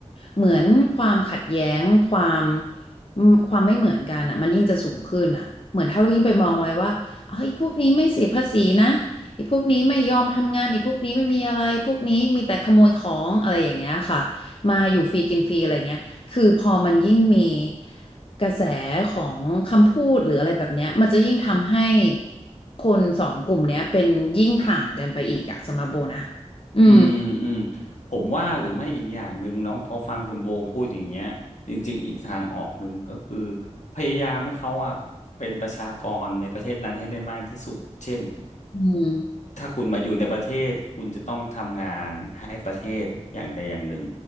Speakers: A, on the left; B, on the left.
A: เหมือนความขัดแย้งความมความไม่เหมือนกันอ่ะมันยิ่งจะสูงขึ้นอ่ะเหมือนถ้าเรายิ่งไปมองไว้ว่า ไอ้ยพวกนี้ไม่เสียภาษีนะไอ้พวกนี้ไม่ยอมทำงานไอ้พวกนี้ไม่มีอะไรพวกนี้มีแต่ขโมยของอะไรอย่างเงี้ยค่ะมาอยู่ฟรีกินฟรีอะไรเงี้ยคือพอมันยิ่งมีกระแสของคำพูดหรืออะไรแบบเนี้ยมันจะยิ่งทำให้คนสองกลุ่มเนี้ยเป็นยิ่งห่างกันไปอีกอะสำหรับโบนะอืม
B: อืมอืมผมว่าหรือไม่อีกอย่างหนึ่งเน้องพอฟังคุณโบพูดอย่างเงี้ยจริงๆอีกทางออกหนึ่งก็คือพยายามให้เขาอะเป็นประชากรในประเทศนั้นให้ได้มากที่สุดเช่น
A: อืม
B: ถ้าคุณมาอยู่ในประเทศคุณจะต้องทำงานให้ประเทศอย่างใดอย่างหนึ่ง